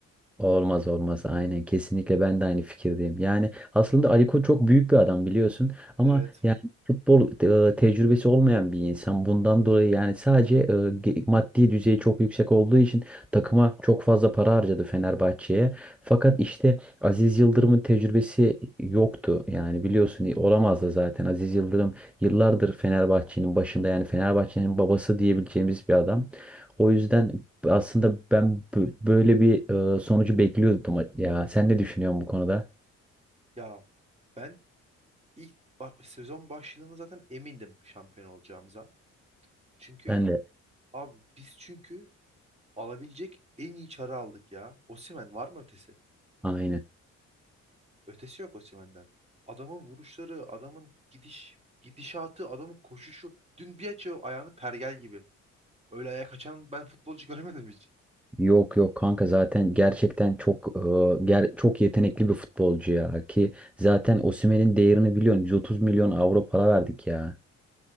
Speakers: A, in the centre; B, on the right.
A: Olmaz olmaz aynen kesinlikle ben de aynı fikirdeyim. Yani aslında Ali Koç çok büyük bir adam biliyorsun ama
B: Evet.
A: yani futbol e, tecrübesi olmayan bir insan bundan dolayı yani sadece e, ge- maddi düzeyi çok yüksek olduğu için takıma çok fazla para harcadı Fenerbahçe'ye. Fakat işte Aziz Yıldırım'ın tecrübesi yoktu yani biliyorsun e, olamaz da zaten Aziz Yıldırım yıllardır Fenerbahçe'nin başında yani Fenerbahçe'nin babası diyebileceğimiz bir adam. O yüzden aslında ben bö- böyle bir e, sonucu bekliyordum ya. Sen ne düşünüyorsun bu konuda?
B: Ya ben ilk ba- sezon başladığında zaten emindim şampiyon olacağımıza. Çünkü
A: Ben de
B: abi biz çünkü alabilecek en iyi çarı aldık ya. Osimhen var mı ötesi?
A: aynı.
B: Ötesi yok Osimhen'den. Adamın vuruşları, adamın gidiş, gidişatı, adamın koşuşu. Dün bir açıyor ayağını pergel gibi. Öyle ayak açan ben futbolcu <laughs> görmedim hiç.
A: Yok yok kanka zaten gerçekten çok e, ger- çok yetenekli bir futbolcu ya ki zaten Osimhen'in değerini biliyorsun 130 milyon avro para verdik ya.